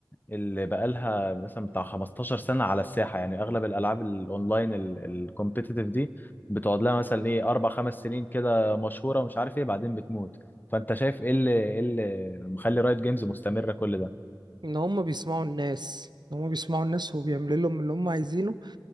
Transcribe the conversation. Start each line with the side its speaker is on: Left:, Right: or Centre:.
Left: اللي بقالها مثلا بتاع 15 سنة على الساحة يعني أغلب الألعاب الأونلاين الكومبيتيتيف دي بتقعد لها مثلا إيه أربع خمس سنين كده مشهورة ومش عارف إيه بعدين بتموت فأنت شايف إيه اللي إيه اللي مخلي رايت جيمز مستمرة كل ده؟
Right: ان هم بيسمعوا الناس ان هم بيسمعوا الناس وبيعملوا لهم اللي هم عايزينه